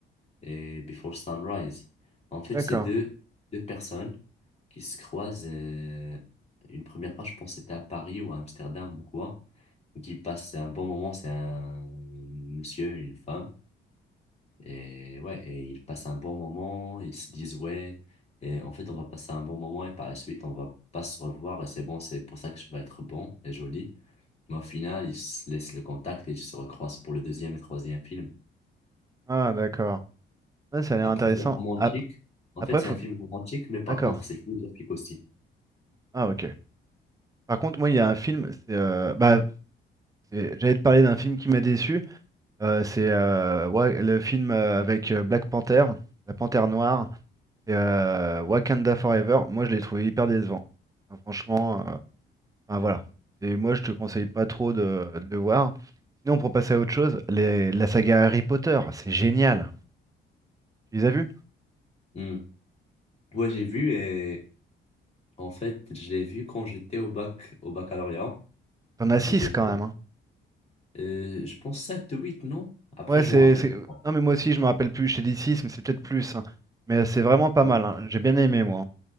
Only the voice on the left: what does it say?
et Before Sunrise. En fait,
c'est deux, deux personnes qui se croisent euh, une première fois, je pense que c'était à Paris ou à Amsterdam ou quoi, qui passent un bon moment, c'est un monsieur, une femme, et ouais, et ils passent un bon moment, ils se disent ouais, et en fait, on va passer un bon moment et par la suite, on va pas se revoir et c'est bon, c'est pour ça que je vais être bon et joli. Mais au final, ils se laissent le contact et ils se recroisent pour le deuxième et troisième film.
Après,
c'est romantique.
En
fait, c'est
un film romantique, mais par
contre, c'est philosophique aussi.
Hmm. Ouais, j'ai vu et en fait, je l'ai vu quand j'étais au bac, au baccalauréat.
Et j'ai fait,
euh, je pense 7, ou 8, non? Après,
je
m'en rappelle
pas.
Donc,